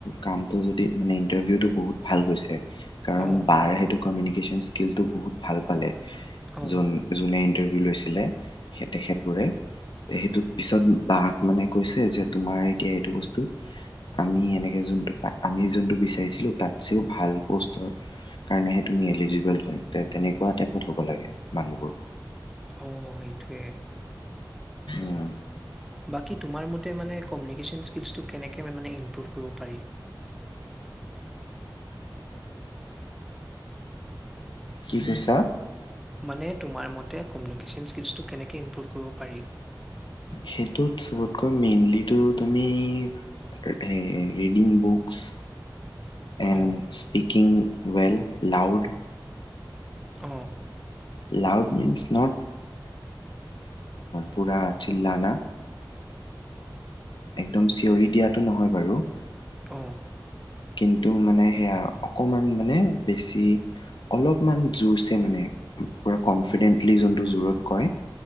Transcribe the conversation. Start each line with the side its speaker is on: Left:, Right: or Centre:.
Left: কামটো যদি মানে ইণ্টাৰভিউটো বহুত ভাল গৈছে কাৰণ
Centre: অ
Left: বাৰ সেইটো কমিউনিকেশ্যন স্কিলটো বহুত ভাল পালে
Centre: অ
Left: যোন যোনে ইণ্টাৰভিউ লৈছিলে সেই তেখেতবোৰে। সেইটোত পিছত বাক মানে কৈছে যে তোমাৰ এতিয়া এইটো বস্তু আমি এনেকে যোনটো আমি যোনটো বিচাৰিছিলোঁ তাতছেও ভাল পষ্টৰ কাৰণেহে তুমি এলিজিবল হয় তেনেকুৱা টাইপত হ'ব লাগে মানুহবোৰ।
Centre: অ', সেইটোৱে।
Left: উম।
Centre: বাকী তোমাৰ মতে মানে কমিউনিকেশ্যন স্কিলছটো কেনেকে মানে ইম্প্ৰুভ কৰিব পাৰি।
Left: কি কৈছা?
Centre: মানে তোমাৰ মতে কমিউনিকেশ্যন স্কিলচটো কেনেকে ইম্প্ৰুভ কৰিব পাৰি।
Left: সেইটোত চবতকৈ মেইনলিটো তুমি আৰু ৰীডিং বুকস এণ্ড
Centre: অ',
Left: স্পীিকিং ৱেল লাউড।
Centre: অ'।
Left: লাউড মন্ছ নট পূৰা চিললানা। একদম চিঞৰি দিয়াতটো নহয় বাৰু।
Centre: অ'।
Left: কিন্তু মানে সেয়া আৰু অকণমান মানে বেছি অলপমান জোৰছে মানে পূৰা কনফিডেণ্টলি যোনটো জোৰত কয়।